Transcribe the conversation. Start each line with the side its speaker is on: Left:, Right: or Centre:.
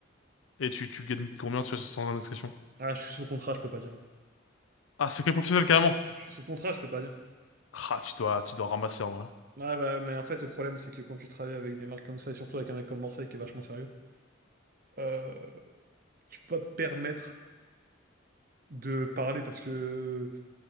Left: Et tu, tu gagnes combien sur- sans indiscrétion?
Right: Ah, je suis sous contrat, je peux pas dire.
Left: Ah, secret professionnel, carrément.
Right: Je suis sous contrat, je peux pas dire.
Left: Ah, tu dois, tu dois ramasser, en vrai.
Right: Ouais, bah, mais en fait, le problème, c'est que quand tu travailles avec des marques comme ça, et surtout avec un mec comme Morseille qui est vachement sérieux, euh, tu peux pas te permettre de parler parce que